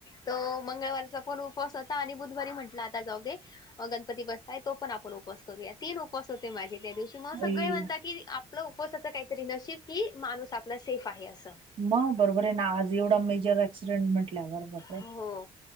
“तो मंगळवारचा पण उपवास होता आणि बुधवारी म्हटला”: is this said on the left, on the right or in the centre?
Left